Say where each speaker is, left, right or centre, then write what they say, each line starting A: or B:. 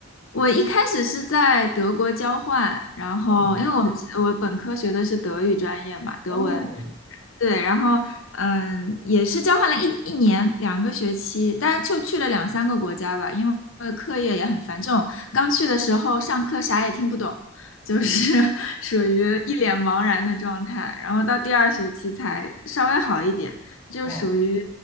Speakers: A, on the left; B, on the right.
A: 我一开始是在德国交换，然后因为我我本科学的是德语专业嘛，
B: 嗯，
A: 德文，
B: 哦，
A: 对，然后嗯，也是交换了一一年两个学期，但是就去了两三个国家吧，因为课业也很繁重，刚去的时候上课啥也听不懂，就是 <laughs> 属于一脸茫然的状态，然后到第二学期才稍微好一点，就属于
B: 哇，